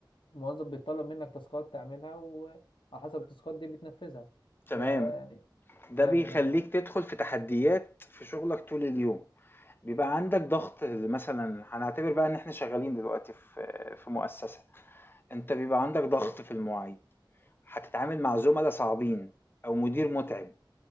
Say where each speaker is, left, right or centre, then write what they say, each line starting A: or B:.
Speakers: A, on the left (about 80°); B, on the left (about 25°).
A: موظف بيطلب منك تاسكات تعملها وعلى حسب التاسكات دي بتنفذها
B: تمام.
A: هي يعني
B: ده
A: فعلا
B: بيخلّيك
A: يعني
B: تدخل في تحديات في شغلك طول اليوم، بيبقى عندك ضغط مثلًا هنعتبر بقى إن إحنا شغالين دلوقتي في في مؤسسة، أنت بيبقى عندك ضغط في المواعيد، هتتعامل مع زملا صعبين أو مدير متعب،